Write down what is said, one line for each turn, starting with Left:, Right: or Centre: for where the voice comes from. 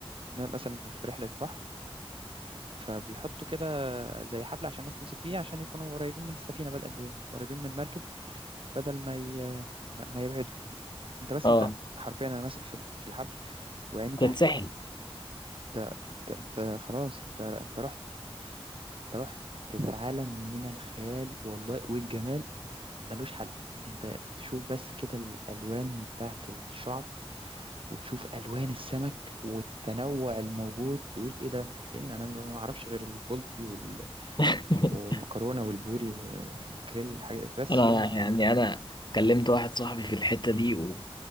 Right: ن- مثلا في رحله بحر فبيحطوا كده زي حبل عشان الناس تمسك فيه عشان يكونوا قريبين من السفينه بدل قريبين من المركب بدل ما ي... ما ما يبعدوا انت بس
Left: اه
Right: انت حرفيا انا ماسك في ال- في الحبل وعيني تحت
Left: في الساحل
Right: انت انت انت خلاص انت انت رحت انت رحت في عالم من الخيال والله والجمال ملوش حل انت تشوف بس كده الالوان بتاعت الشعب وتشوف الوان السمك والتنوع الموجود تقول ايه ده فين انا ما اعرفش غير البلطي وال...
Left: <laughs>
Right: والمكرونه والبوري وماكريل حاجه بس
Left: انا
Right: فين
Left: يعني انا كلمت واحد صاحبي في الحته دي و...